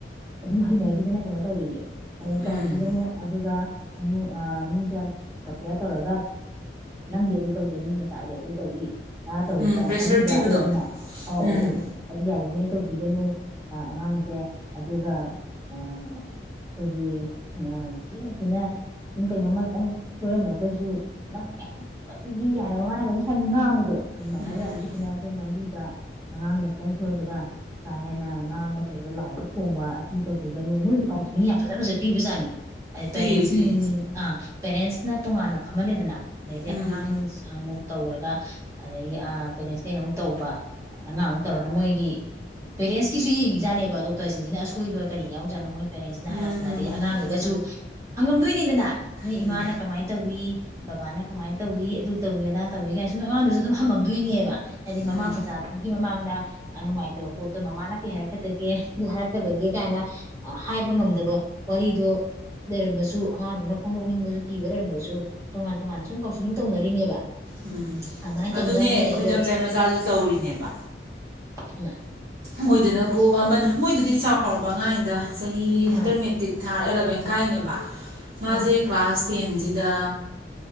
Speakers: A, on the right; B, on the right.
A: ꯑꯗꯨꯝ ꯍꯩꯅꯈꯤꯗꯅ ꯀꯩꯅꯣ ꯇꯧꯋꯦꯌꯦ꯫ ꯑꯗꯨꯅ
B: ꯎꯝ
A: ꯇꯧꯍꯟꯕꯤꯒꯅꯨ ꯑꯗꯨꯒ ꯃꯤꯉꯣꯟ ꯃꯤꯒ ꯀꯝꯄꯤꯌꯥꯔ ꯇꯧꯔꯒ ꯅꯪꯗꯤ ꯑꯗꯨ ꯇꯧꯗꯦ ꯃꯤ ꯃꯆꯥꯗꯤ ꯑꯗꯨ ꯇꯧꯏ ꯑ ꯇꯧꯏꯤ
B: ꯎꯝ
A: ꯀꯥꯏꯅ
B: ꯄ꯭ꯔꯦꯁꯔ
A: ꯍꯥꯏꯕꯤꯕ
B: ꯄꯤꯕꯗꯣ
A: ꯂꯩꯗꯅ ꯑꯧ
B: ꯎꯝ
A: ꯑꯧ ꯑꯣ ꯑꯗꯨ ꯌꯥꯔꯤꯉꯩ ꯇꯧꯕꯤꯒꯅꯨ ꯑꯉꯥꯡꯁꯦ ꯑꯗꯨꯒ ꯑꯩꯈꯣꯏꯒꯤ ꯊꯤꯅ ꯊꯤꯅ ꯁꯨꯝ ꯀꯩꯅꯣꯝꯃꯛꯇꯪ ꯁꯣꯏꯔꯝꯃꯒꯁꯨ ꯅꯪꯉ ꯇꯧꯕꯁꯤꯗꯤ ꯀꯥꯏꯅ ꯃꯃꯥꯅꯒꯝ ꯁ ꯉꯥꯡꯕꯗꯣ ꯑꯗꯨꯃꯥꯏꯅꯒ
B: ꯎꯝ
A: ꯌꯥꯝ ꯊꯤ ꯊꯤꯅ ꯑꯩꯈꯣꯏ ꯉꯥꯡꯝꯕꯤꯕ ꯑꯉꯥꯡꯅ ꯈꯤꯇꯪ ꯁꯣꯏꯕꯗ ꯀꯥ ꯍꯦꯟꯅ ꯉꯥꯡꯕ ꯆꯩꯕ ꯂꯥꯎꯕ ꯈꯣꯡꯕ ꯑꯁꯤ ꯇꯧꯕꯤꯒꯅꯨ ꯅꯣꯏꯁꯨ ꯀꯥꯎꯁꯤꯟꯅꯤꯡꯅ ꯌꯥꯝ ꯐꯖ ꯐꯖ ꯄꯤꯕꯖꯥꯠꯅꯤ ꯑ ꯄꯦꯔꯦꯟꯁꯤ
B: ꯄꯤꯌꯦ ꯄꯤꯌꯦ
A: ꯑ ꯄꯦꯔꯦꯟꯁꯅ ꯇꯣꯉꯥꯟꯅ ꯐꯝꯍꯜꯂꯦꯗꯅ ꯑꯗꯩꯗꯤ
B: ꯎꯝ
A: ꯑꯉꯥꯡꯁꯤ ꯑꯃꯨꯛ ꯇꯧꯔꯒ ꯑꯗꯒꯤ ꯄꯦꯔꯦꯟꯁ ꯀ ꯑꯃꯨꯛ ꯇꯧꯕ ꯑꯉꯥꯡꯃꯨꯛ ꯇꯧꯔꯒ ꯃꯣꯏꯒꯤ ꯄꯦꯔꯦꯟꯁꯀꯤꯁꯨ ꯌꯦꯡꯈꯤꯖꯥꯠꯅꯦꯕ ꯗꯣꯛꯇꯔꯁꯤꯡꯁꯤꯅ ꯑꯁꯣꯏꯕ ꯀꯔꯤ ꯌꯥꯎꯖꯠꯅꯣ ꯃꯣꯏ ꯄꯦꯔꯦꯟꯁꯁꯤꯅ
B: ꯎꯝ
A: ꯍꯥꯏꯔꯛꯄꯗ
B: ꯎꯝ ꯎꯝ
A: ꯍꯥꯏꯗꯤ
B: ꯎꯝ
A: ꯑꯉꯥꯡꯗꯨꯒꯁꯨ ꯍꯪꯉꯝꯗꯣꯏꯅꯤꯗꯅ ꯅ
B: ꯎꯝ
A: ꯏꯃꯥꯅ
B: ꯎꯝ
A: ꯀꯃꯥꯏꯅ ꯇꯧꯏꯤ ꯕꯕꯥꯅ ꯀꯃꯥꯏꯅ ꯇꯧꯏꯤ ꯑꯗꯨ ꯇꯧꯏꯤ ꯑꯗꯥ ꯇꯧꯏ ꯀꯥꯏꯅ ꯁꯨꯝ ꯑꯉꯥꯡꯗꯁꯨ ꯑꯗꯨꯝ ꯍꯪꯉꯝꯗꯣꯏꯅꯦꯕ ꯍꯥꯏꯗꯤ
B: ꯎꯝ
A: ꯃꯃꯥ ꯃꯄꯥ ꯃꯆꯥꯗꯨꯃꯒꯤ ꯃꯃꯥꯡꯗ ꯅꯨꯡꯉꯥꯏꯇꯕ ꯄꯣꯠꯇꯣ ꯃꯃꯥꯅ ꯀꯩ ꯍꯥꯏꯔꯛꯀꯗꯒꯦ ꯑꯗꯨ ꯍꯥꯏꯔꯛꯀꯗꯒꯦ ꯀꯥꯏꯅ ꯍꯥꯏꯕ ꯉꯝꯗꯕ ꯋꯥꯔꯤꯗꯣ ꯂꯩꯔꯝꯕꯁꯨ ꯑꯉꯥꯡꯗꯨꯅ ꯐꯣꯡꯗꯣꯛꯅꯤꯡꯕꯁꯨ ꯀꯤꯕ ꯂꯩꯔꯝꯕꯁꯨ ꯇꯣꯉꯥꯟ ꯇꯣꯉꯥꯟꯅ ꯁꯨꯝ ꯀꯥꯎꯟꯁꯤꯂꯤꯡ ꯇꯧꯅꯔꯤꯅꯦꯕ
B: ꯎꯝ
A: ꯑꯗꯨꯃꯥꯏꯅ
B: ꯑꯗꯨꯅꯦ
A: ꯇꯧꯖꯥꯠꯅꯦ
B: ꯑꯩꯈꯣꯏꯗꯝꯆꯥꯥꯏ
A: ꯑꯗꯣ
B: ꯃꯆꯥꯁꯨ ꯇꯧꯔꯤꯅꯦꯕ
A: ꯏ
B: ꯃꯣꯏꯗꯨꯅ ꯀꯣ ꯑꯃꯅꯤ ꯃꯣꯏꯗꯨꯗꯤ ꯆꯥꯎꯔꯕ ꯉꯥꯏꯗ ꯆꯍꯤ ꯍꯟꯇ꯭ꯔꯃꯦꯦꯇꯤꯛ
A: ꯑꯥ
B: ꯊꯥꯔ ꯑꯦꯂꯚꯦꯟ ꯀꯥꯏꯅꯦꯕ ꯃꯥꯁꯦ
A: ꯑꯥ
B: ꯀ꯭ꯂꯥꯁ ꯇꯦꯟꯁꯤꯗ